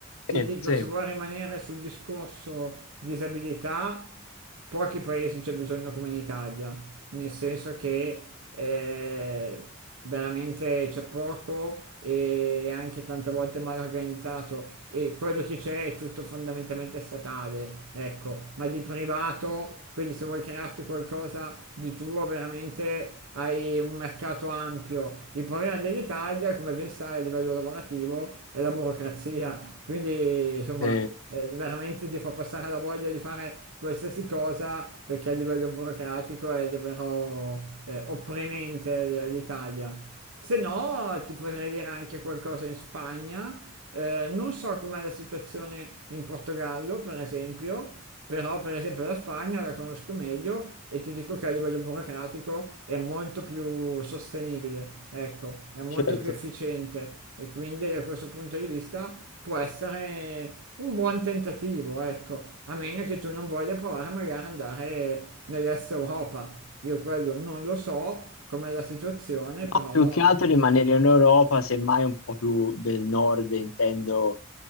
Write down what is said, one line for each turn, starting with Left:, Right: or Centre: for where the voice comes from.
Right: ti
Left: Sì,
Right: dico,
Left: sì.
Right: se vuoi rimanere sul discorso disabilità, pochi paesi c'è bisogno come in Italia, nel senso che eh, veramente c'è poco e anche tante volte mal organizzato e quello che c'è è tutto fondamentalmente statale, ecco, ma di privato, quindi se vuoi crearti qualcosa di tuo veramente hai un mercato ampio. Il problema dell'Italia, come ben sai, a livello lavorativo è la burocrazia, quindi insomma
Left: sì,
Right: eh, veramente ti fa passare la voglia di fare qualsiasi cosa perché a livello burocratico è davvero eh, opprimente l'Italia. Se no, ti potrei dire anche qualcosa in Spagna. Eh, non so com'è la situazione in Portogallo, per esempio, però per esempio la Spagna la conosco meglio e ti dico che a livello burocratico è molto più sostenibile, ecco, è molto
Left: certo.
Right: più efficiente e quindi da questo punto di vista può essere un buon tentativo, ecco, a meno che tu non voglia provare magari ad andare nell'est Europa. Io quello non lo so Com'è la situazione, però
Left: No, più che altro rimanere in Europa, semmai un po' più del nord, intendo